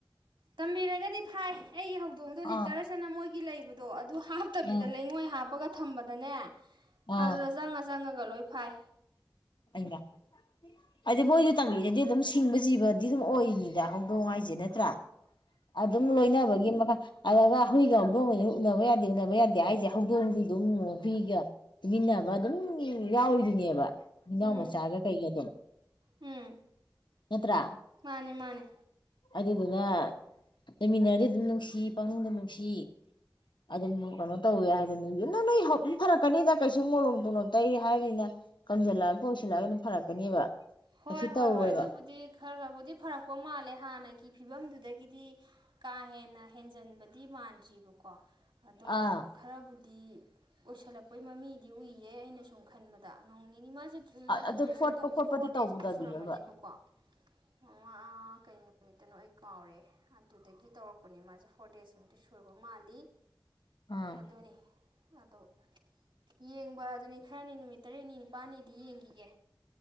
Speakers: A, on the right (about 85°); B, on the left (about 75°).
A: ꯇꯝꯕꯤꯔꯒꯗꯤ ꯐꯥꯏ ꯑꯩꯒꯤ ꯍꯧꯗꯣꯡꯗꯣ ꯂꯤꯇꯔꯁꯤꯅ
B: ꯑꯥ
A: ꯃꯣꯏꯒꯤ ꯂꯩꯕꯗꯣ ꯑꯗꯨ ꯍꯥꯞꯇꯕꯤꯗ
B: ꯎꯝ
A: ꯂꯩꯉꯣꯏ ꯍꯥꯞꯄꯒ ꯊꯝꯕꯗꯅꯦ
B: ꯑꯥ
A: ꯑ ꯔꯁꯥꯉꯁꯥꯡꯉ ꯒꯂꯣꯏ ꯐꯥꯏ
B: ꯑꯩꯅ ꯍꯥꯏꯗꯤ ꯃꯣꯏꯗ ꯇꯝꯕꯤꯔꯗꯤ ꯑꯗꯨꯝ ꯁꯤꯡꯕ ꯖꯤꯕꯗꯤ ꯑꯗꯨꯝ ꯑꯣꯏꯏꯅꯤꯗ ꯍꯧꯗꯣꯡ ꯍꯥꯏꯁꯦ ꯅꯠꯇ꯭ꯔꯥ ꯑꯗꯨꯝ
A: ꯎꯝ
B: ꯂꯣꯏꯅꯕꯒꯤ ꯃꯈꯜ ꯑꯗꯨꯒ ꯍꯨꯏꯒ ꯍꯧꯗꯣꯡꯒ ꯎꯅꯕ ꯌꯥꯗꯦ ꯎꯅꯕ ꯌꯥꯗꯦ ꯍꯥꯏꯁꯦ ꯍꯧꯗꯣꯡꯁꯨ ꯑꯗꯨꯝ ꯍꯨꯏꯒ ꯇꯨꯃꯤꯟꯅꯕ ꯑꯗꯨꯝ ꯌꯥꯎꯔꯤꯔꯤꯅꯦꯕ ꯍꯅꯥꯎ
A: ꯎꯝ
B: ꯃꯆꯥꯒ ꯀꯩꯒ ꯑꯗꯨꯝ
A: ꯎꯝ
B: ꯅꯠꯇ꯭ꯔꯥ
A: ꯃꯥꯅꯦ ꯃꯥꯅꯦ
B: ꯑꯗꯨꯗꯨꯅ ꯂꯩꯃꯤꯟꯅꯔꯗꯤ ꯑꯗꯨꯝ ꯅꯨꯡꯁꯤ ꯄꯛꯅꯨꯡꯗ ꯅꯨꯡꯁꯤ ꯑꯗꯨꯝ ꯀꯩꯅꯣ ꯇꯧꯋꯦ ꯍꯥꯏꯗꯅꯤ ꯅꯪ ꯅꯣꯏ ꯐꯔꯛꯀꯅꯤꯗ ꯀꯩꯁꯨ ꯃꯣꯂꯣꯝ ꯇꯨꯂꯣꯝ ꯇꯩ ꯍꯥꯏꯕꯅꯤꯅ ꯀꯝꯁꯤꯜꯂꯛꯑꯒ ꯀꯣꯏꯁꯤꯜꯂꯒ ꯑꯗꯨꯝ ꯐꯔꯛꯀꯅꯦꯕ
A: ꯍꯣꯏ
B: ꯀꯩꯁꯨ
A: ꯍꯣꯏ
B: ꯇꯧꯔꯣꯏꯕ
A: ꯍꯣꯏ ꯑꯗꯨꯕꯨꯗꯤ ꯈꯔ ꯈꯔꯕꯨꯗꯤ ꯐꯔꯛꯄ ꯃꯥꯜꯂꯦ ꯍꯥꯟꯅꯒꯤ ꯐꯤꯕꯝꯗꯨꯗꯒꯤꯗꯤ ꯀꯥ ꯍꯦꯟꯅ ꯍꯦꯟꯖꯟꯕꯗꯤ ꯃꯥꯟꯗ꯭ꯔꯤꯕꯀꯣ ꯑꯗꯣ
B: ꯑꯥ
A: ꯈꯔꯕꯨ ꯗꯤ ꯑꯣꯏꯁꯤꯜꯂꯛꯄꯩ ꯃꯃꯤꯗꯤ ꯎꯏꯌꯦ ꯑꯩꯅ ꯁꯨꯝ ꯈꯟꯕꯗ ꯑ ꯃꯥꯁꯦ ꯃꯥꯁꯦ
B: ꯑꯗꯨ
A: ꯗ꯭ꯔꯦꯁꯁꯤꯡ
B: ꯐꯣꯠꯄ
A: ꯇꯧꯕꯁꯦ
B: ꯈꯣꯠꯄꯗꯤ
A: ꯐꯣꯔ ꯗꯦꯁ
B: ꯇꯧꯕꯗꯕꯤꯔꯕ
A: ꯅꯣꯡ ꯁꯨꯔꯝꯃꯅꯦꯕꯀꯣ ꯃꯉꯥ ꯀꯩ ꯅꯨꯃꯤ ꯇꯅ ꯑꯩ ꯀꯥꯎꯔꯦ ꯑꯗꯨꯗꯒꯤ ꯇꯧꯔꯛꯄꯅꯤ ꯃꯥꯁꯦ ꯐꯣꯔ ꯗꯦꯖꯃꯨꯛꯇꯤ ꯁꯨꯔꯕ ꯃꯥꯜꯂꯤ
B: ꯑꯥ
A: ꯑꯗꯨꯅꯦ ꯑꯗꯣ ꯌꯦꯡꯕ ꯑꯗꯨꯅꯤ ꯈꯔꯅꯤ ꯅꯨꯃꯤꯠ ꯇꯔꯦꯠꯅꯤ ꯅꯤꯄꯥꯜꯅꯤꯗꯤ ꯌꯦꯡꯈꯤꯒꯦ